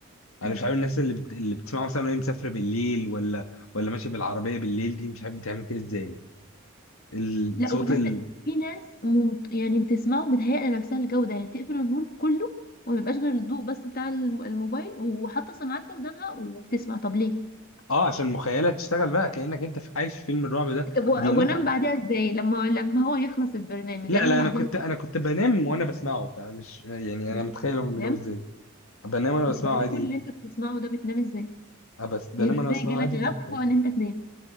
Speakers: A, on the left; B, on the left.
A: انا
B: مم.
A: مش عارف الناس اللي بت... اللي بتسمعه مثلا وهي مسافره بالليل ولا ولا ماشيه بالعربيه بالليل دي مش عارف بتعمل كده ازاي الصوت
B: لا وناس
A: ال...
B: في ناس ممت... يعني بتسمعه بتهيأ لنفسها الجودة يعني تقفل النور كله وما يبقاش غير الضوء بس بتاع الم- الموبايل وحاطة سماعات في ودانها وبتسمع طب ليه؟
A: اه عشان المخيله تشتغل بقى كانك انت في- عايش في فيلم الرعب ده
B: طب و-
A: دي متعه
B: وانام بعديها ازاي؟ لما لما هو يخلص البرنامج
A: لا
B: انام
A: لا
B: بعديها
A: انا كنت انا كنت بنام وانا بسمعه فمش يعني
B: ازاي؟
A: انا متخيل هم بيناموا
B: فاهم؟
A: ازاي بنام وانا بسمعه
B: انت بعد
A: عادي
B: كل اللي
A: جدا
B: انت بتسمعه ده بتنام ازاي؟
A: آه، بس بنام
B: يعني
A: وانا
B: ازاي
A: بسمعه
B: جالك
A: عادي جدا
B: غفوة ان انت تنام؟